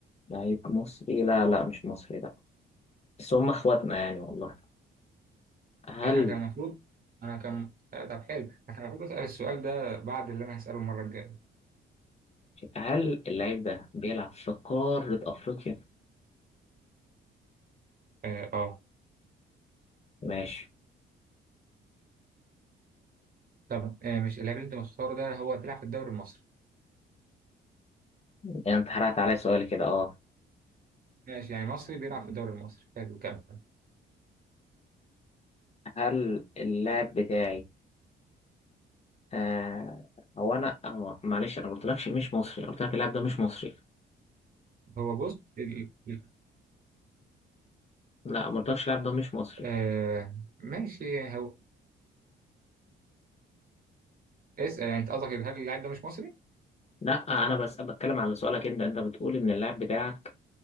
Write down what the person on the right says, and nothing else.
يعني انا كان المفروض انا كان آه، طب حلو انا كان المفروض اسال السؤال ده بعد اللي انا هساله المره الجايه
اه آه.
طب آه مش اللاعب اللي انت مختاره ده هو بيلعب في الدوري المصري
ماشي يعني مصري بيلعب في الدوري المصري حلو كمل
هو بص ال... ال-
آه ماشي هو اسأل يعني انت قصدك هل اللاعب ده مش مصري؟